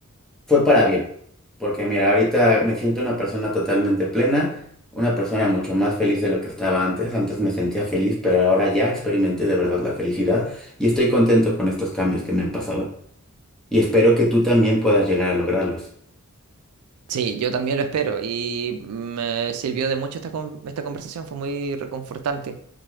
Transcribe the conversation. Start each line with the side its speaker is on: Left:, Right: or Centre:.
Centre: fue para bien, porque mira, ahorita me siento una persona totalmente plena, una persona mucho más feliz de lo que estaba antes. Antes me sentía feliz, pero ahora ya experimenté de verdad la felicidad y estoy contento con estos cambios que me han pasado. Y espero que tú también puedas llegar a lograrlos.
Right: Sí, yo también lo espero y me sirvió de mucho esta, con- esta conversación, fue muy reconfortante.